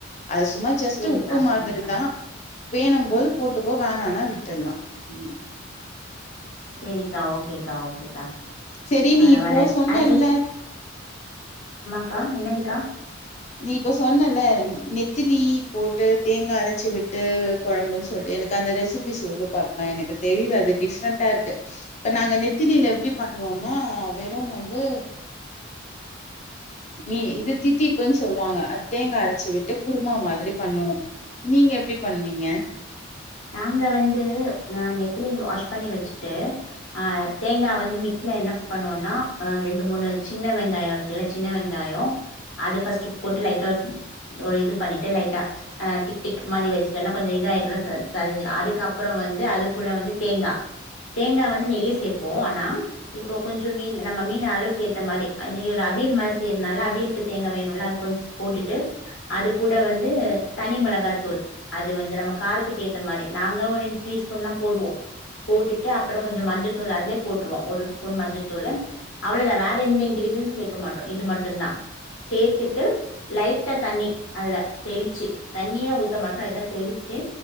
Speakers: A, on the left; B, on the left.
A: அது சும்மா
B: சேரிக்கா
A: உப்பு மாதிரி
B: சேரிக்கா
A: தான் வேணும் போது போட்டுக்கோ வேனானா விட்டுடலாம் உம்
B: சரிக்கா ஓகேக்கா ஓகேக்கா
A: சரி
B: பரவால்ல
A: நீ இப்போ சொன்னல்ல
B: அ க்கா என்னதுக்கா
A: நீ இப்ப சொன்னல நெத்திலி போட்டு தேங்காய் அரைச்சு விட்டு குழம்புன்னு சொல்லி எனக்கு அந்த ரெசிபி சொல்லு பாக்கலாம் எனக்கு தெரியல அது டிஃப்ரெண்டண்டா இருக்கு இப்ப நாங்க நெத்திலியில எப்படி பண்ணுவோம்னா வெறும் வந்து நீ இது தித்திப்புன் சொல்லுவாங்க அ தேங்கா அரைச்சு விட்டு குருமா மாதிரி பண்ணுவோம் நீங்க எப்படி பண்ணுவீங்க
B: நாங்க வந்துஹ் நெத்திலி வாஷ் பண்ணி வச்சுட்டு ஆஹ் தேங்காய் வந்து மிக்ஸல என்ன பண்ணுவோம்னா ரெண்டு மூணு சின்ன வெங்காயம் இருக்குல்ல சின்ன வெங்காயம் அது ஃபர்ஸ்ட்ட் போட்டு லைட்டா ஒரு இது பண்ணிட்டு லைட்டாஹ் டிக் டிக் மாதி வச்சுட்டுன்னா கொஞ்சம் இத ஆயிருல ச அதுக்கப்புறம் வந்து அது கூட வந்து தேங்காய் தேங்காய் வந்து நிறைய சேப்போம் ஆனா இப்போ கொஞ்ச மீன் மீன் அளவுக்கு ஏத்த மாதிரி நீங்க அவியல் மாதிரி செய்யறனால அவியுக்கு தேங்கா வேணுல போட்டுட்டு அது கூட வந்து தனி மிளகா தூள் அது வந்து நம்ம காரத்துக் ஏத்த மாதிரி நாங்க ஒரு ரெண்டு டீ ஸ்பூன்லா போடுவோம் போட்டுட்டு அப்புறம் கொஞ்சம் மஞ்சத்தூள் அதுலயே போட்டுவோம் ஒரு ஸ்பூன் மஞ்சத்தூள் அவ்வளவுதான் வேற எந்த இன்கிரீடியன்ஸும் சேர்க்க மாட்டோம் இது மட்டுந்தான் சேர்த்துட்டு லைட்டா தண்ணி அதுல தெளிச்சு தண்ணியே ஊத்த மாட்டோம் லைட்டா தெளிச்சு